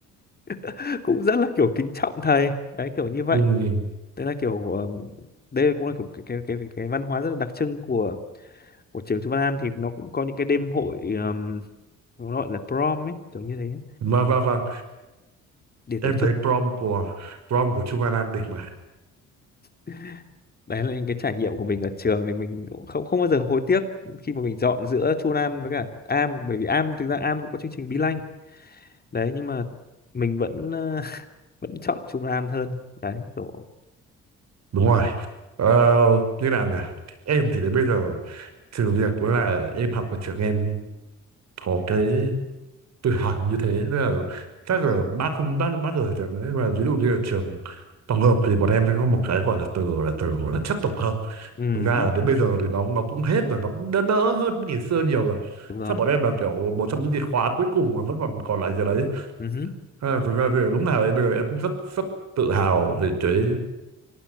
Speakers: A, on the left; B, on the right.
A: <laughs> cũng rất là kiểu kính trọng thầy đấy kiểu như vậy
B: ừ.
A: đấy là kiểu ờm, đây cũng là kiểu cái cái cái cái cái văn hóa rất là đặc trưng của của trường Chu Văn An thì nó cũng có những cái đêm hội ờm, nó gọi là prom ấy kiểu như thế
B: Vâng, vâng, vâng.
A: để tổ
B: Em
A: chức
B: thấy prom của prom của Trung Văn An đỉnh mà.
A: <laughs> đấy là những cái trải nghiệm của mình ở trường thì mình cũng không không bao giờ hối tiếc khi mà mình chọn giữa Chu Văn An với cả Am bởi vì Am thực ra Am cũng có chương trình Be Lanh đấy nhưng mà mình vẫn ờ, <laughs> vẫn chọn Chu Văn An hơn đấy kiểu
B: Đúng rồi. Ờ, như nào nhỉ? Em thì đến bây giờ trừ việc đó là em học ở trường em có cái tự học như thế nên là chắc là bác không bác bác ở trường ấy mà ví dụ như là trường tổng hợp thì bọn em sẽ có một cái gọi là từ là từ gọi là chất tổng hợp
A: ừ
B: thực ra
A: hứ,
B: là đến bây giờ thì nó nó cũng hết rồi nó cũng đỡ đỡ hơn ngày xưa nhiều rồi
A: đúng rồi
B: chắc bọn em là kiểu một trong những cái khóa cuối cùng mà vẫn còn còn lại giờ đấy
A: ừ hứ,
B: À, thực ra thì lúc nào em bây giờ em cũng rất rất tự hào về cái